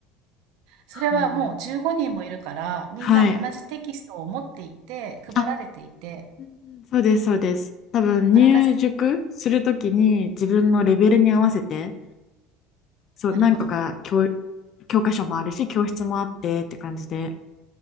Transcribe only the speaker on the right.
それはもう15人もいるから、
みんな同じテキストを持っていて、
配られていて、
あらかじめ、
なるほど。